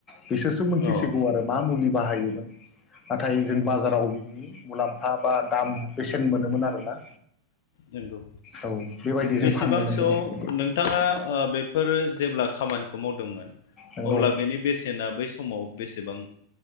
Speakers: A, on the left; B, on the left.
A: बिसोरसो मोनथिसिगौ
B: औ
A: आरो मा मुलि बाहायोमोन नाथाय जों बाजाराव बिनि मुलाम्फा बा दाम बेसेन मोनोमोन आरोना
B: नंगौ
A: औ बेबायदि
B: बेसेबांसोआव
A: जों फाननो मोनदोंमोन बिदि
B: नोंथाङा बेफोर जेब्ला खामानि मावदोंमोन
A: नंगौ
B: अब्ला बेनि बेसे ना बै समाव बेसेबां